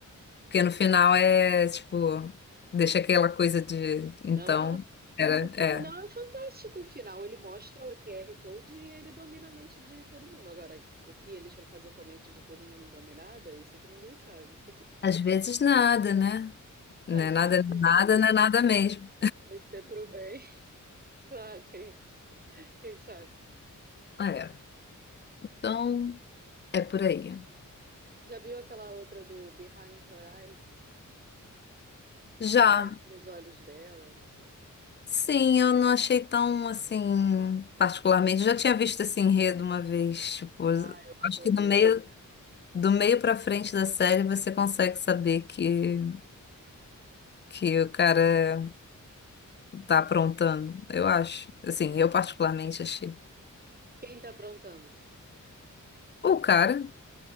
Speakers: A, on the left; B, on the right.
A: Porque no final é tipo, deixa aquela coisa de então,
B: Não,
A: era,
B: o final
A: é.
B: é fantástico. O final ele mostra o Q R. Code e ele domina a mente de todo mundo. Agora, o que eles vão fazer com a mente de todo mundo dominada, isso é que ninguém sabe. <laughs>
A: Às vezes nada, né? Não
B: Às
A: é nada,
B: vezes
A: nada,
B: não.
A: não é nada mesmo.
B: Vai ser pro bem. <laughs> Ah, quem, quem sabe?
A: É. Então, é por aí.
B: Já viu aquela outra do Behind Her Eyes?
A: Já,
B: Por trás dos olhos dela? assim.
A: sim, eu não achei tão assim, particularmente. Eu Já tinha visto esse enredo uma vez, tipo,
B: Ah,
A: acho
B: eu adorei.
A: que do meio do meio para frente da série você consegue saber que que o cara tá aprontando, eu acho. Assim, eu particularmente achei.
B: Quem tá aprontando?
A: O cara